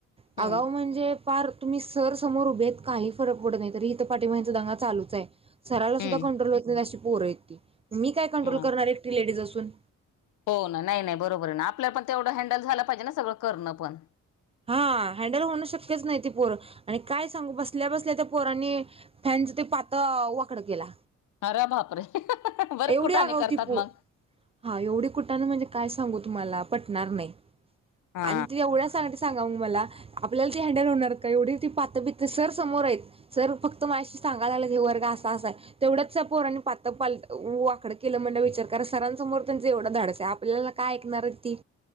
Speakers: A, on the right; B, on the left.
A: आगावु
B: हम्म.
A: म्हणजे फार तुम्ही सर समोर उभेे आहेत काही फरक पडत नाही‌. तरी इथ पाठीमागे यांचा दंगा चालुच आहे. सराला सुद्धा
B: हम्म
A: कंट्रोल होत नाही अशी पोर आहेत ती. मी काय कंट्रोल
B: ह
A: करणार एकटी लेडीज असून.
B: हो ना नाही नाही बरोबर आहे ना. आपल्याला पण तेवढ हँडल झाल पाहिजे ना सगळ करण पण.
A: हा हँडल होण शक्यच नाही ते पोर. आणि काय सांगू बसल्या बसल्या त्या पोरांनी फॅनच ते पात वाकड केला.
B: आरे बाप रे. बरेच
A: एवढी
B: कुटाणे
A: आगाव
B: करतात
A: ती पोर
B: मग.
A: हा एवढी कुटाने म्हणजे काय सांगू तुम्हाला पटणार नाही.
B: हा
A: आणि ते एवढ्या सांग सांगा मग मला, आपल्याला ती हँडल होणार का. एवढी ती पात पित सर समोर आहेत. सर फक्त माझ्याशी सांगाला लागल हे वर्ग असा असा आहे. तेवढ्यात पोरांनी पात पाल वाकड केल. म्हणल विचार करा सरांसमोर त्यांच एवढ धाडस आहे. आपल्याला काय ऐकणार आहे ती.